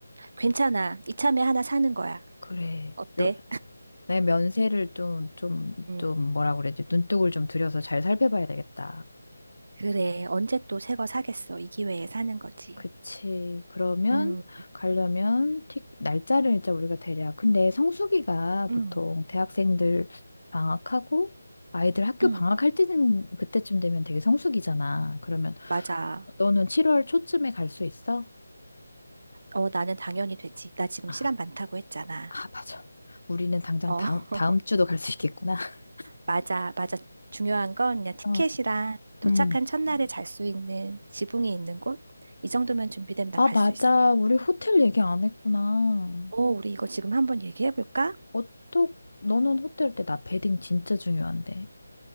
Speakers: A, on the right; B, on the left.
A: 괜찮아. 이참에 하나 사는 거야.
B: 그래
A: 어때?
B: 며, 내 면세를 좀 좀
A: 음,
B: 좀 뭐라 그래야지 눈독을 좀 들여서 잘 살펴봐야 되겠다
A: 그래. 언제 또 새 거 사겠어. 이 기회에 사는 거지.
B: 그치. 그러면
A: 음,
B: 가려면 틱 날짜를 일단 우리가 대략. 근데 성수기가
A: 응,
B: 보통 대학생들 방학하고 아이들 학교
A: 응.
B: 방학할 때는 그때쯤 되면 되게 성수기잖아. 그러면
A: 맞아.
B: 너는 7월 초쯤에 갈 수 있어?
A: 어, 나는 당연히 되지. 나 지금
B: 아,
A: 시간 많다고 했잖아.
B: 아, 맞아. 우리는 당장
A: 어,
B: 다음
A: <laughs>
B: 다음 주도 갈 수 있겠구나. <laughs>
A: 맞아, 맞아. 중요한 건 그냥 티켓이랑
B: 어,
A: 도착한
B: 음.
A: 첫날에 음, 잘 수 있는 지붕이 있는 곳? 이 정도면 준비되면 난
B: 아,
A: 갈
B: 맞아.
A: 수 있어.
B: 우리 호텔 얘기 안 했구나.
A: 어, 우리 이거 지금 한번 얘기해 볼까?
B: 어떡? 너는 호텔 때 나 베딩 진짜 중요한데.